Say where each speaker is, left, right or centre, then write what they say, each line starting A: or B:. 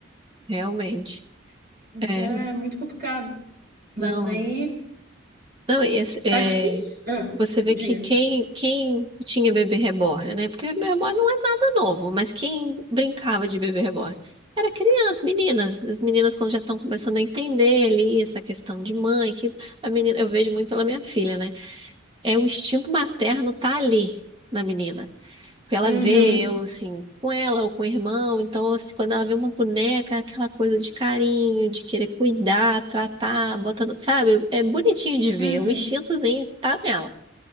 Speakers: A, on the right; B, on the right.
A: Realmente. É,
B: É muito complicado, mas
A: não.
B: aí
A: Não, e esse, é,
B: tá difícil. Ah,
A: Você
B: diga.
A: vê que quem, quem tinha bebê reborn, né? Porque bebê reborn não é nada novo, mas quem brincava de bebê reborn era criança, meninas. As meninas, quando já estão começando a entender ali essa questão de mãe, que a menina, eu vejo muito pela minha filha, né? É o instinto materno tá ali na menina. Porque ela
B: Uhum,
A: vê eu, assim, com ela ou com o irmão, então, assim, quando ela vê uma boneca, aquela coisa de carinho, de querer cuidar, tratar, botando, sabe? É bonitinho de ver,
B: uhum,
A: o instintozinho tá nela.